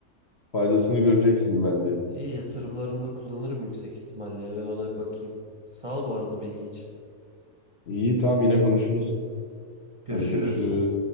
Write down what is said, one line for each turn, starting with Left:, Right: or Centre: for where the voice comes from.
Left: Faydasını göreceksin bence.
Right: İyi yatırımlarımda kullanırım yüksek ihtimalle ya. Ben ona bir bakayım. Sağ ol bu arada bilgi için.
Left: İyi tamam yine konuşuruz.
Right: Görüşürüz.
Left: Hadi görüşürüz.